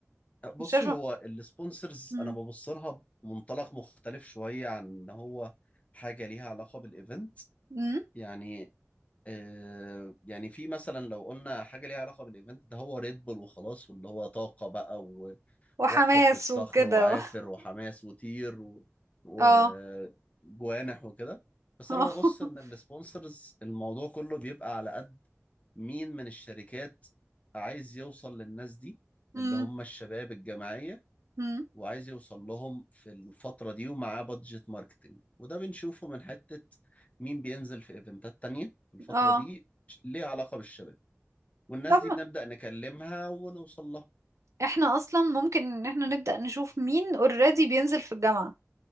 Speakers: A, on the left; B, on the right.
A: بصي
B: مش عارفة
A: هو السبونسرز
B: مم.
A: انا ببص لها بمنطلق مختلف شوية عن ان هو حاجة ليها علاقة بالايفنت
B: مم.
A: يعني آه، يعني في مثلا لو قلنا حاجة ليها علاقة بالإيفنت ده هو ريد بول وخلاص واللي هو طاقة بقى و-
B: وحماس
A: واحفر في الصخر
B: وكده
A: وعافر
B: و...
A: وحماس وطير و-
B: <laughs>
A: وجوانح
B: اه
A: وكده بس
B: اه
A: أنا ببص
B: <laughs>
A: إن السبونسرز الموضوع كله بيبقى على قد مين من الشركات عايز يوصل للناس دي
B: مم.
A: اللي هم الشباب الجماعية
B: مم.
A: وعايز يوصل لهم في الفترة دي ومعاه بادجت ماركتنج وده بنشوفه من حتة مين بينزل في ايفنتات تانية في الفترة
B: اه
A: دي ليها علاقة بالشباب والناس
B: طب
A: دي بنبدأ
B: ما
A: نكلمها ونوصل لها
B: احنا اصلا ممكن ان احنا نبدأ نشوف مين اوريدي بينزل في الجامعة